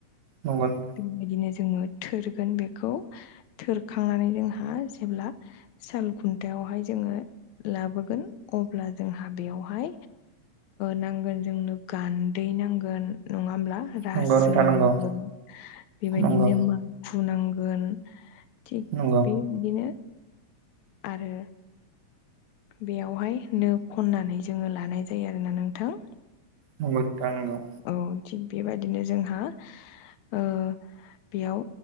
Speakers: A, on the right; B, on the left.
A: नंगौ नोंथां
B: बेबायदिनो जोङो थोरगोन बेखौ थोरखांनानै जोंहा जेब्ला साल खुन्थायायावहाय जों लाबोगोन अब्ला जोंहा बेयावहाय नांगोन जोंनो गान्दै नांगोन नङा होमब्ला रासो
A: नंगौ नोंथां नंगौ नोंथां
B: नांगोन
A: नंगौ
B: बेबायदिनो
A: नंगौ
B: माखु नांगोन। थिग
A: नंगौ
B: बे बिदिनो आरो बेयाव यावहाय नो खननानै जोङो लानाय जायो आरोना नोंथां।
A: नंगौ नोंथां नंगौ
B: औ थिग बेबायदिनो जोंहा ओ बेयाव